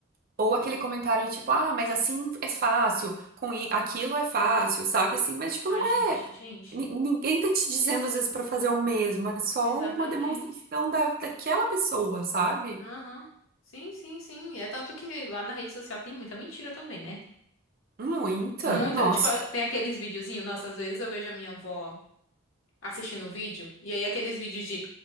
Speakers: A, on the right; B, on the left.
A: Ou aquele
B: E-
A: comentário tipo, ah, mas assim é fácil, com i- aquilo é fácil, sabe assim? Mas, tipo,
B: Ai,
A: não
B: gente,
A: é.
B: gente,
A: Ni- Ninguém tá te dizendo às vezes pra fazer o mesmo, é só
B: exatamente.
A: uma demonstração da, daquela pessoa, sabe?
B: Aham, Sim, sim, sim, é tanto que lá na rede social tem muita mentira também, né?
A: Muita,
B: Muita,
A: nossa.
B: tipo, tem aqueles videozinhos, nossa, às vezes eu vejo a minha avó... assistindo o vídeo, e aí aqueles vídeos de,